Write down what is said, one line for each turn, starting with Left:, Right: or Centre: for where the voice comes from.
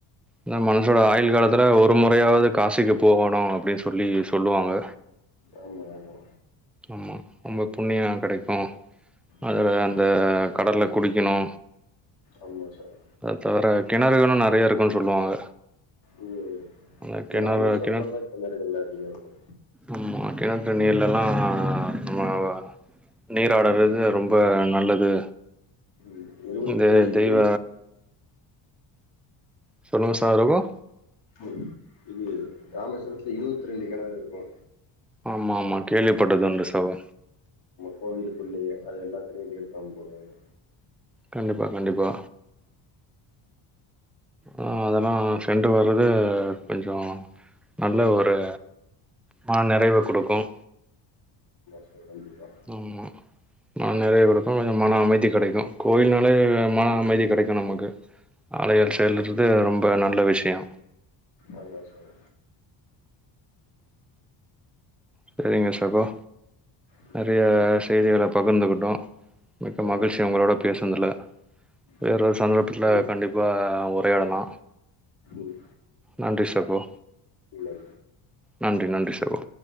Centre: இந்த மனசோட ஆயிள் காலத்தில ஒரு முறையாவது காசிக்கு போகணு அப்டின்னு சொல்லி சொல்லுவாங்க
Left: ஆமா ஆமா
Centre: ஆமா ரொம்ப புண்ணிய கெடைக்கு அது
Left: ம்
Centre: அந்த கடல்ல குளிக்கணு
Left: ஆமா சகோ
Centre: அத தவிர கிணறுகலு நிறைய இருக்குன்னு சொல்லுவாங்க
Left: ம்
Centre: அந்த
Left: இது
Centre: கிணறு
Left: ராமேஸ்வரத்துலதா
Centre: கிணத்
Left: கிணறுகள் அதிகோ இருக்கு
Centre: ஆமா கிணத் தண்ணியிலெல்லா ஆ நம்மவ நீராடறது ரொம்ப நல்லது
Left: ம் இருவத்தி
Centre: இந்த தெய்வ
Left: இருவத்
Centre: சொல்லுங்க சாரகோ
Left: ம் இது ராமேஸ்வரத்ல இருவத் ரெண்டு கெணறிருக்கு
Centre: ஆமா ஆமா கேள்விப்பட்டதுண்டு சகோ
Left: கோவிலுக்குள்ளயே அது எல்லாத்தலையு தீர்த்தம் போடுவாங்க
Centre: கண்டிப்பா கண்டிப்பா ஆ அதெல்லா சென்று வரது கொஞ்சோ நல்ல ஒரு மன நிறைவு குடுக்கும்
Left: செ கண்டிப்பா
Centre: அம்மா மன நிறைவுருக்கு கொஞ்சோ மன அமைதி கெடைக்கு கோயில்னாலே மன அமைதி கெடைக்கு நமக்கு அலயல்
Left: ஆமா,
Centre: செயலுறது ரொம்ப நல்ல விஷயோ
Left: ஆமா சகோ
Centre: சேரிங்க சகோ
Left: ம்.
Centre: நெறையா செய்திகள பகுந்துக்கிட்டோ மிக்க
Left: ஆமா.
Centre: மகிழ்ச்சி உங்களோட பேசுனதுல வேறொரு
Left: ம்.
Centre: சந்தர்ப்பத்ல
Left: ம்.
Centre: கண்டிப்பா உரையாடலா
Left: ம்.
Centre: நன்றி சகோ
Left: ம்.
Centre: நன்றி நன்றி சகோ